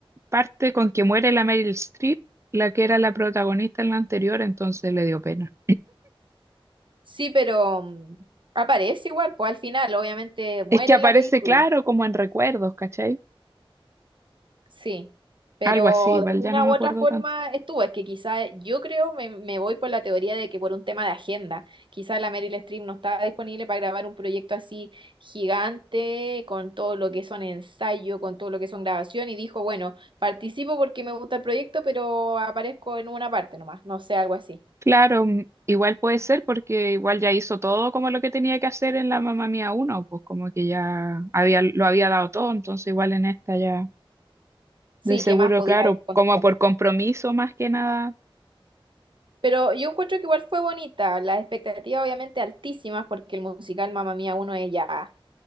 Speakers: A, on the right; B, on the right.
A: parte con que muere la Meryl Streep, la que era la protagonista en la anterior, entonces le dio pena.
B: Sí, pero mm, aparece igual, pues al final, obviamente muere
A: Es que aparece
B: en la película.
A: claro como en recuerdos, ¿cachai?
B: Sí, pero
A: Algo así, vale
B: de alguna
A: ya no me
B: u
A: acuerdo
B: otra forma
A: tanto.
B: estuvo. Es que quizá yo creo, me, me voy por la teoría de que por un tema de agenda, quizá la Meryl Streep no estaba disponible para grabar un proyecto así gigante, con todo lo que son ensayo, con todo lo que son grabación, y dijo, bueno, participo porque me gusta el proyecto, pero aparezco en una parte nomás, no sé, algo así.
A: Claro, mm, igual puede ser porque igual ya hizo todo como lo que tenía que hacer en la Mamá Mía uno, pues como que ya había, lo había dado todo, entonces igual en esta ya
B: Sí,
A: de seguro,
B: ¿qué más podía
A: claro,
B: ahí contar?
A: como por compromiso más que nada,
B: Pero yo encuentro que igual fue bonita, las expectativas obviamente altísimas, porque el musical Mamma Mía uno es ya